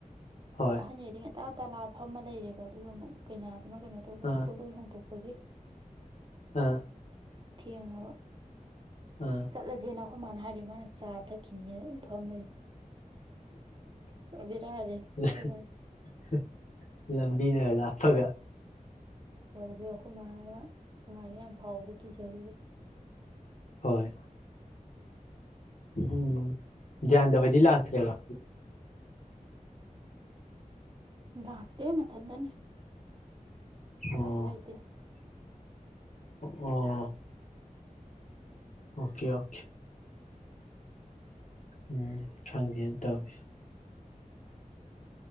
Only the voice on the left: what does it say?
ꯍꯣꯏ
ꯑꯥ
ꯑꯥ
ꯑꯥ
<inaudible>
ꯂꯝꯕꯤꯅ ꯈꯔ ꯂꯥꯞꯄꯒ
ꯍꯣꯏ ꯎꯝ ꯒ꯭ꯌꯥꯟꯗ ꯍꫭꯏꯗꯤ ꯂꯥꯛꯇ꯭ꯔꯦꯕ
ꯑꯣ
ꯑꯣ ꯑꯣꯀꯦ ꯑꯣꯀꯦ ꯎꯝ ꯈꯪꯗꯦꯅ ꯇꯧꯏ